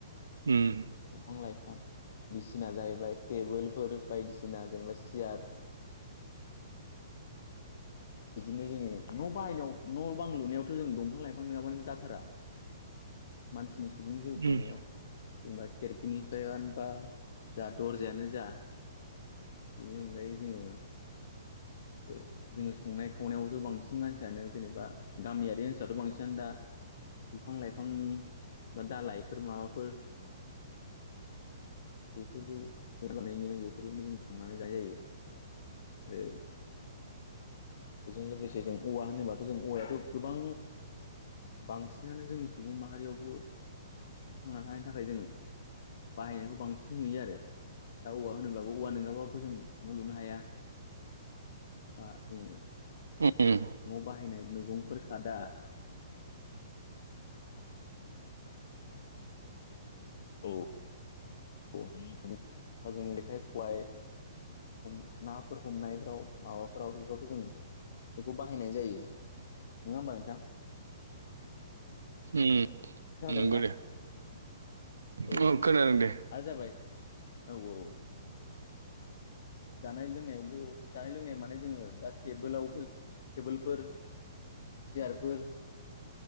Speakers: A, on the right (about 80°); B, on the left (about 55°).
A: उम
B: दंफां लाइफां बिसिना जाहैबाय टेबोल फोर बायदिसिना बसि आरो <inaudible> बिदिनो जोंङो न बायनायाव न बां लुनायावथ जों दंफां लाइफां नङाबानो जाथारा मानसिनि सुबुं जिउ खुंनायाव
A: उम
B: जेनेबा खेरखिनिफ्रायानो बा जा दरजायानो जा बेनि अनगायै जोंङो आरो जोंङो संनाय खावनायाव बांसिन मानसियानो जेनेबा गामियारि ओनसोलथ बांसिनानो दा बिफां लाइफांनि बा दालाइफोर माबाफोर
A: <unintelligible>
B: बेफोरजों होबानायनो बेफोरजोंबो जों संनानै जानाय जायो आरो <unintelligible> बेजों लोगोसे जों औवा होनोबाथ जों औवायाथ गोबां बांसिनानो जोंनि सुबुं माहारियावबो थांना थानायनि थाखाय जों बाहायनायखौ बांसिन सिन नुयो आरो दा औवा होनोब्लाबो औवा नंङाब्ला थ जों न लुनो हाया बा जोंङो
A: उम
B: न बाहायनाय मैगंफोर खादा औ औ जों जेखाइ खबाइ हम नाफोर हमनायफोराव माबाफोराव बेफोरथ जों बेखौ बाहायनाय जायो नंङा होमबा नोंथां
A: ओम
B: खोनादोंना
A: नंगौ दे अ
B: औ आरो
A: खोनादों दे
B: जाबाय औ औ जानाय लोंनायावबो जानाय लोंनाया माने जोंङो दा टेबोलावबो टेबोलफोर सियारफोर